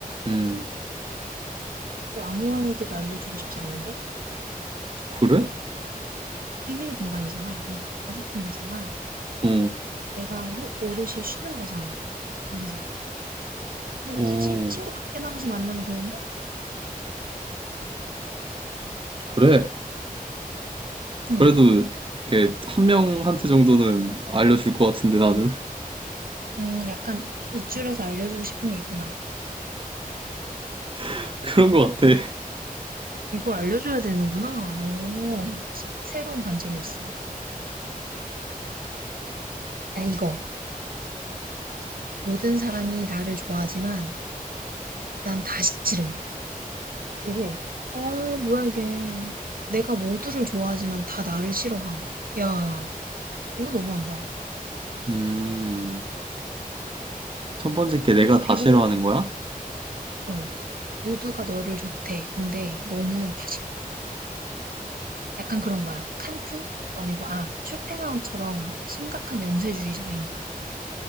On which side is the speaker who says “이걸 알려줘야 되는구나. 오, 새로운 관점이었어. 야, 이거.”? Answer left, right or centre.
Right